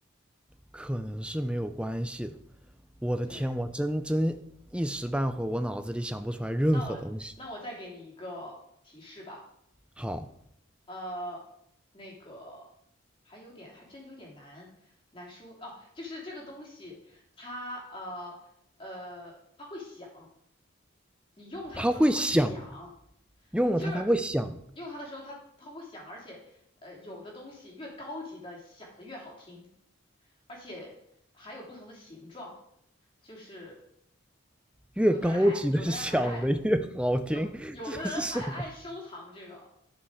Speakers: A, in the centre; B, on the left.
A: 可能是没有关系的。我的天，
B: 对，
A: 我真真一时半会儿我脑子里想不出来任何东西。
B: 那我那我再给你一个提示吧，
A: 好，
B: 呃，那个还有点还真有点难难说哦，就是这个东西它呃呃它会响，你用它的时候它会响。
A: 它会响，用了它它会响，
B: 就是用它的时候，它它会响，而且呃，有的东西越高级的响的越好听，而且还有不同的形状，就是
A: 越高级的
B: 有的人还有的人还爱
A: <laughs> 响的越好听，
B: 有有的人还爱收藏这个，
A: 这是什么？